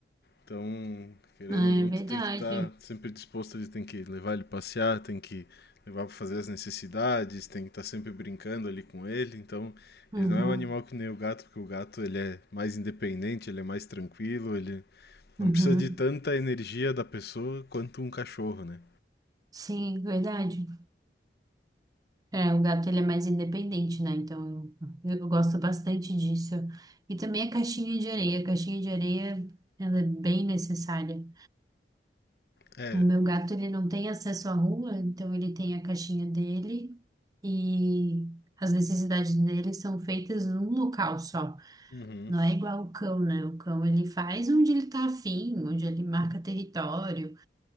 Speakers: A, on the left (about 60°); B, on the right (about 20°).
A: Então, querendo
B: Ah,
A: ou não,
B: é verdade.
A: tu tem que estar sempre disposto, ele tem que levar ele passear, tem que levar para fazer as necessidades, tem que estar sempre brincando ali com ele. Então,
B: Uhum,
A: ele não é um animal que nem o gato, porque o gato ele é mais independente, ele é mais tranquilo, ele
B: uhum.
A: não precisa de tanta energia da pessoa quanto um cachorro, né?
B: Sim, verdade. É, o gato ele é mais independente, né? Então eu, eu gosto bastante disso. E também a caixinha de areia. A caixinha de areia, ela é bem necessária.
A: É.
B: O meu gato ele não tem acesso à rua, então ele tem a caixinha dele e as necessidades dele são feitas num local só.
A: Uhum.
B: Não é igual o cão, né? O cão ele faz onde ele tá afim, onde ele marca território.